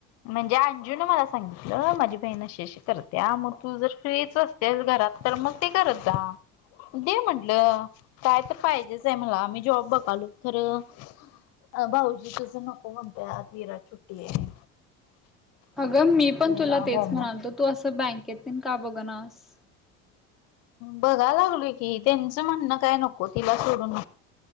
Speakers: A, on the left; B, in the centre.
A: म्हणजे अंजु न मला सांगितलं माझी बहीणशीशी करते्या मग तू जर फ्रीच अस. तेच घरात तर मग ते करत जा दे म्हंटलं काय तर पाहिजेच आहे मला आम मीही जॉब बघालो खरं अ भाऊजी तुझं नको म्हणताय आज विरट ुट्टी आहे
B: अगं मी पण तुला
A: होमवर्क
B: तेच म्हणालतो तू असं बँक येेते का बघ नास
A: बघा लागलो की त्यांचं म्हणणं काय नको तिला सोडून